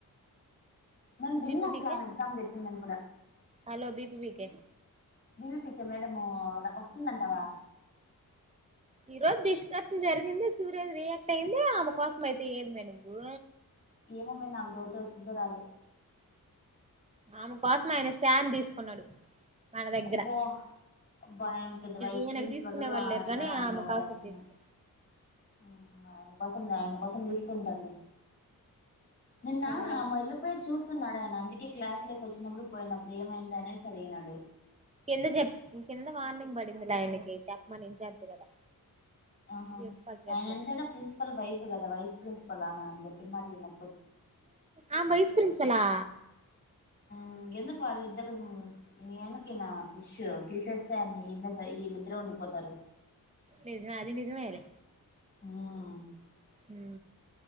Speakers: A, on the left; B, on the right.
A: మాకు తెలీల
B: బీపీబీకే
A: అస్ల ఆమె ఎగ్జామ్ చెప్పిందని కూడా
B: hello B P P K
A: B P P K madam ఆ వస్తుందంటావా
B: ఈ రోజు డిష్కర్షన్ జరిగింది సూర్య రియాక్ట్ అయింది ఆమె కోసం అయితే ఏంది మే నువ్వు
A: ఏమో మే నాకు డౌటే వచ్చిదో రాదో
B: ఆమె కోసమే ఆయన స్టాండ్ తీసుకున్నాడు మన దగ్గర
A: అబ్బా అబ్బా ఆమె పెద్ద వైస్
B: ఈయనకు
A: ప్రిన్సిపల్
B: తీసుకునే వాళ్ళు
A: ఆయన
B: లేరు కానీ
A: ఆయన
B: ఆమె
A: ఓవర్
B: కోసం
A: యాక్షను
B: తీసుకున్నాడు
A: మ్ ఆమే కోసం ఆయమ్మ కోసం తీసుకుంటారులే నిన్న
B: ఆ
A: ఆమే ఎల్లిపోయేది చూసి సున్నాడాయన అందుకే క్లాస్ లేకి వచ్చినప్పుడు పోయినప్పుడు ఏమైంది అనేసి అడిగినాడు
B: కింద చెప్ప కింద వార్నింగ్ పడిందిలే ఆయనకి చెప్పమని ఇన్ఛార్జ్ కదా
A: ఆహా
B: ప్రిన్సిపాల్ చేతిలో
A: ఆమె ఎంతైనా ప్రిసిపల్ వైఫ్ కదా వైస్ ప్రిన్సిపల్ ఆమ ఆమె చెప్పిన మాట ఇన
B: ఆమె వైస్ ప్రిన్సిపల్ హా
A: మ్ ఎందుకు వాళ్ళు ఇద్దరు <unintelligible> తీసేస్తా అని ఇండ ఈళ్ళిద్దరూ ఉండిపోతారు
B: నిజమే అది నిజమేలే
A: మ్
B: మ్